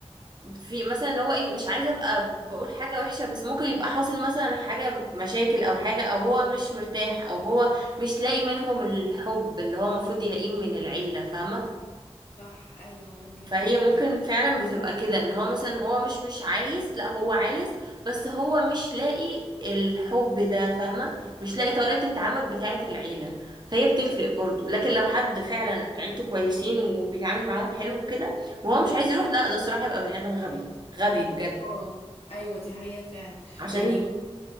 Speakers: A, on the right; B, on the left.
A: في مثلا اللي هو ايه مش عايزه ابقى بقول حاجه وحشه بس ممكن يبقى حاصل مثلا حاجه مشاكل او حاجه او هو مش مرتاح او هو مش لاقي منهم الحب اللي هو المفروض يلاقيه من العيله فاهمه
B: صح ايوه ممكن
A: فهي
B: فعلا
A: ممكن
B: كده
A: فعلا بتبقى كده ان هو مثلا هو مش مش عايز لا هو عايز بس هو مش لاقي الحب ده فاهمه مش لاقي طريقه التعامل بتاعه العيله فهي بتفرق برضو لكن لو حد فعلا عيلته كويسين وبيتعامل معاهم حلو وكده وهو مش عايز يروح لا ده الصراحه يبقى بني ادم غبي غبي بجد
B: اه ايوه دي حقيقة فعلا
A: عشان
B: يعني ب-